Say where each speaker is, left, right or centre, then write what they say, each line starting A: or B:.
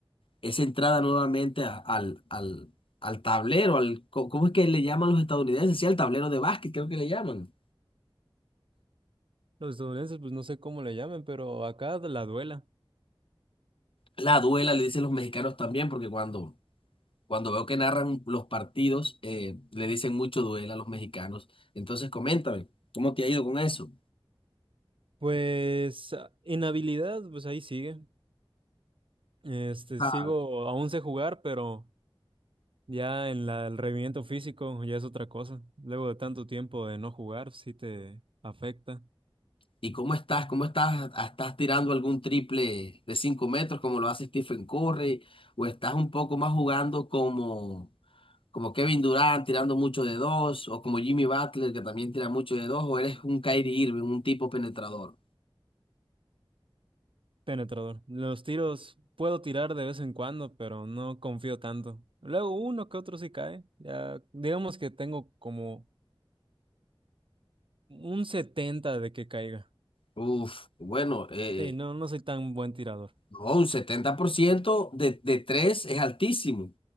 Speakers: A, on the left; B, on the right.
A: esa entrada nuevamente a- al, al, al tablero? Al, co- ¿cómo es que le llaman los estadounidenses? Sí, al tablero de básquet, creo que le llaman.
B: Los estadounidenses, pues no sé cómo le llaman, pero acá la duela.
A: La duela le dicen los mexicanos también, porque cuando, cuando veo que narran los partidos, eh, le dicen mucho duela a los mexicanos. Entonces, coméntame, ¿cómo te ha ido con eso?
B: Pues ah, en habilidad, pues ahí sigue. Este,
A: Ah,
B: sigo, aún sé jugar, pero... Ya en la, el rendimiento físico ya es otra cosa. Luego de tanto tiempo de no jugar, sí te afecta.
A: ¿Y cómo estás? ¿Cómo estás? ¿Estás tirando algún triple de 5 metros como lo hace Stephen Curry? ¿O estás un poco más jugando como, como Kevin Durant tirando mucho de dos? ¿O como Jimmy Butler que también tira mucho de dos? ¿O eres un Kyrie Irving, un tipo penetrador?
B: Penetrador. Los tiros puedo tirar de vez en cuando, pero no confío tanto. Luego uno que otro sí cae. Ya digamos que tengo como un 70 de que caiga.
A: Uf, bueno, eh,
B: Sí, no, no soy tan buen tirador.
A: no, un 70% de, de 3 es altísimo